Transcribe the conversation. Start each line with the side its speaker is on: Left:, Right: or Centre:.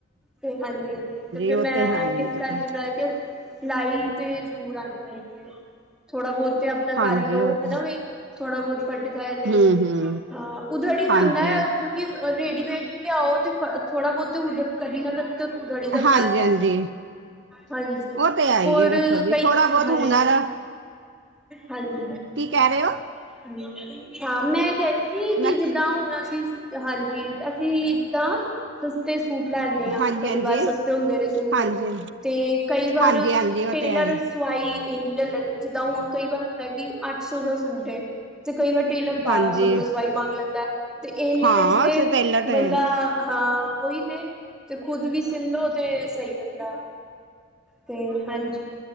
Centre: ਤੇ ਹਾਂਜੀ ਹਾਂਜੀ ਤੇ ਫਿਰ
Right: ਉਹ
Centre: ਮੈਂ
Right: ਹੈ ਹੀ
Centre: ਇਸ
Right: ਹੈ
Centre: ਕਰਕੇ ਮੈਂ ਤੇ ਸਿਲਾਈ ਤੇ ਜ਼ਰੂਰ ਆਣੀ ਚਾਈਦੀ ਹੈ ਥੋੜਾ ਬੋਤ ਆਪਣਾ
Right: ਹਾਂਜੀ
Centre: ਕਰ ਈ ਲਓ
Right: ਉਹ ਤੇ
Centre: ਹਨਾ ਬਈ ਥੋੜਾ ਬੋਤ ਫਟ ਜਾ ਏ ਤੇ
Right: ਹੂੰ ਹੂੰ
Centre: ਹਾਂ ਉਧੜ ਹੀ ਜਾਂਦਾ
Right: ਹਾਂਜੀ
Centre: ਹੈ ਕਿਉਂਕਿ ਰੇਡੀਮੇਡ ਵੀ ਲਿਆਓ ਤੇ ਥੋੜਾ ਬਹੁਤੇ ਹੁ ਕਦੀ ਨਾ ਕਦੇ ਤੇ ਉਧੜ ਈ ਜਾਂਦਾ
Right: ਹਾਂਜੀ ਹਾਂਜੀ
Centre: ਹਾਂਜੀ
Right: ਉਹ ਤੇ ਹੈ
Centre: ਹੋਰ
Right: ਹੀ ਹੈ ਵੇਖੋ ਜੀ
Centre: ਕਈ
Right: ਥੋੜ੍ਹਾ ਬਹੁਤ
Centre: ਹਾਂਜੀ
Right: ਹੁਨਰ
Centre: ਹਾਂਜੀ
Right: ਕੀ ਕਹਿ ਰੇ ਓ
Centre: ਹ ਹਾਂ ਮੈਂ ਕਹਿ ਰਹੀ ਸੀ
Right: ਮੈਂ
Centre: ਜਿਦਾਂ ਹੋਇਆ ਸੀ ਹਾਂਜੀ ਅਸੀਂ ਜਿੱਦਾਂ ਸਸਤੇ ਸੂਟ ਲੈਂਦੇ ਹਾਂ
Right: ਹਾਂਜੀ
Centre: ਕਈ
Right: ਹਾਂਜੀ
Centre: ਵਾਰ ਸਸਤੇ ਹੁੰਦੇ ਨੇ ਸੂਟ
Right: ਹਾਂਜੀ
Centre: ਤੇ ਕਈ ਵਾਰ
Right: ਹਾਂਜੀ ਹਾਂਜੀ ਉਹ
Centre: ਟੇਲਰ
Right: ਤੇ ਹੈ
Centre: ਸਵਾਈ ਇਨੀ ਲ ਲੈਂਦਾ ਜਿੱਦਾਂ ਹੁਣ ਕਈ ਵਾਰ ਹੁੰਦਾ ਕਿ ਅੱਠ ਸੌ ਦਾ ਸੂਟ ਐ ਤੇ ਕਈ ਵਾਰ ਟੇਲਰ ਬਾਰਾਂ
Right: ਹਾਂਜੀ
Centre: ਸੌ ਰੁਪਏ ਸਵਾਈ ਮੰਗ ਲੈਂਦਾ ਤੇ ਇਨੇ
Right: ਹਾਂ
Centre: ਵਿੱਚ ਤੇ
Right: ਟੇਲਰ ਤੇ
Centre: ਬੰਦਾ ਹਾਂ ਉਹੀ ਤੇ ਤੇ ਖੁਦ ਵੀ ਸੀਲਦਾ ਤੇ ਸਹੀ ਰਹਿੰਦਾ ਤੇ ਹਾਂਜੀ